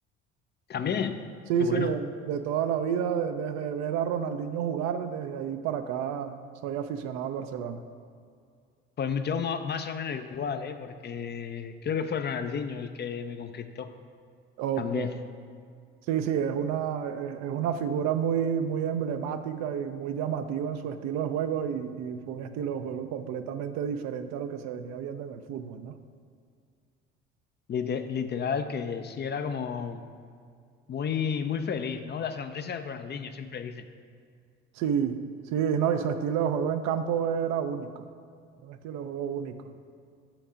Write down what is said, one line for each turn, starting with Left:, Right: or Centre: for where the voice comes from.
Left: También.
Right: Sí,
Left: Qué
Right: sí,
Left: bueno.
Right: de, de toda la vida, de- desde ver a Ronaldinho jugar, desde ahí para acá soy aficionado al Barcelona.
Left: Pues yo ma- más o menos igual, ¿eh? Porque creo que fue Ronaldinho el que me conquistó.
Right: Ok.
Left: También.
Right: Sí, sí, es una, es, es una figura muy, muy emblemática y muy llamativa en su estilo de juego y, y fue un estilo de juego completamente diferente a lo que se venía viendo en el fútbol, ¿no?
Left: Lite- literal que sí era como... Muy, muy feliz, ¿no? La sonrisa de Ronaldinho, siempre dicen.
Right: Sí, sí, no, y su estilo de juego en campo era único, era un estilo de juego único.